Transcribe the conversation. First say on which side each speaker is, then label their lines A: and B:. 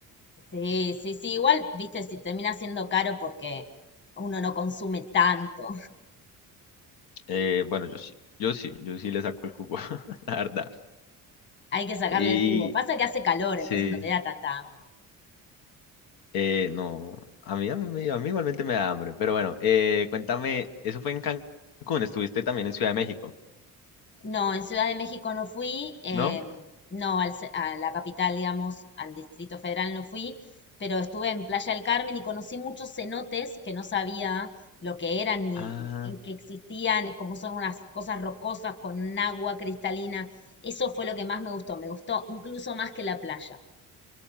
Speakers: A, on the left (about 30°); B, on the left (about 80°).
A: Sí, sí, sí, igual, viste, si termina siendo caro porque uno no consume tanto.
B: Eh, bueno, yo sí, yo sí, yo sí le saco el jugo, <laughs> la verdad.
A: Hay que sacarle
B: Y
A: el jugo. Pasa que hace calor,
B: sí.
A: entonces no te da tanta hambre.
B: Eh, no, a mí, a mí, me- a mí igualmente me da hambre, pero bueno, eh, cuéntame, eso fue en Cancún, estuviste también en Ciudad de México,
A: No, en Ciudad de México no fui, eh,
B: ¿no?
A: no al ce- a la capital, digamos, al Distrito Federal no fui, pero estuve en Playa del Carmen y conocí muchos cenotes que no sabía lo que eran ni,
B: Ah,
A: ni en que existían, como son unas cosas rocosas con agua cristalina. Eso fue lo que más me gustó, me gustó incluso más que la playa.